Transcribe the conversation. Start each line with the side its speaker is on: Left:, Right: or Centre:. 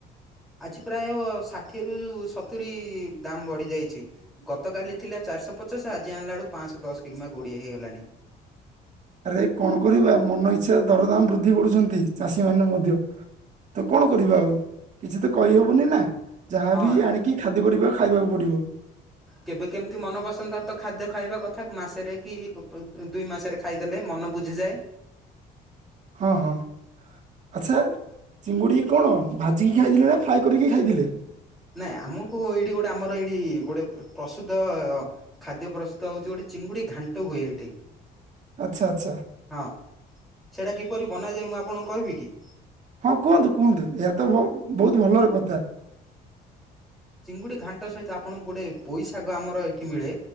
Centre: ଆଜି ପ୍ରାୟ ଷାଠିଏରୁୁ ସତୁରୀ ଦାମ ବଢି ଯାଇଚି ଗତକାଲି ଥିଲା ଚା ଚାରିଶହ ପଚାଶେ ଆଜି ଆଣିଲା ବେଳକୁ ପାଆଶହ ଦଶ କିମ୍ବା କୋଡ଼ିଏ ହୋଇଗଲାଣି।
Right: ଆରେ କଣ କରିବା ମନ ଇଚ୍ଛା ସେ ଦରଦାମ ବୃଦ୍ଧି କରୁଛନ୍ତି ଚାଷୀ ମାନେ ମଧ୍ୟ ତ କଣ କରି କିଛି ତ କହିହବନି ନା ଯାହା
Centre: ହଁ
Right: ବି ଆଣିକି ଖାଦ୍ୟ ପରି କରିବଲ ଖାଇବାକୁ ପଡିବ।
Centre: କେବେ କେମିତି ମନ ପସନ୍ଦର ଖାଦ୍ୟ ଖାଇବା କଥା ମାସରେ କି ଦୁଇ ମାସରେ ଖାଇଦେଲେ ମନ ବୁଝ ଯେ
Right: ହଁ ହଁ। ଆଚ୍ଛା ଚିଙ୍ଗୁଡି କଣ ଭାଜିକି ଖାଇଥିଲେ ନା ଫ୍ରାଏ କରିକି ଖାଇଥିଲେ।
Centre: ନାଇଁ ଆମକୁ ଏଇଠି ଗୋଟେ ଆମର ଏଇଠି ଗୋଟେ ପ୍ରସୂତ ଖାଦ୍ୟ ପ୍ରସ୍ତୁତ ହୋଉଚି ଗୋଟେ ଗୋଟେ ଚିଙ୍ଗୁଡି ଘାଣ୍ଟ ହୁଏ ଏଇଠି।
Right: ଆଚ୍ଛା ଆଚ୍ଛା
Centre: ହଁ ସେଟା କିପରି ବନାଯାଏ ମୁଁ ଆପଣଙ୍କୁ କହିବି କି?
Right: ହଁ କୁହନ୍ତୁ କୁହନ୍ତୁ ଏହା ତ
Centre: ଚିଙ୍ଗୁଡି ଘାଣ୍ଟ ସହିତ ଆପଣଙ୍କୁ ଗୋଟେ ପୋଇଶାଗ ଆମର ଏଠି ମିଳେ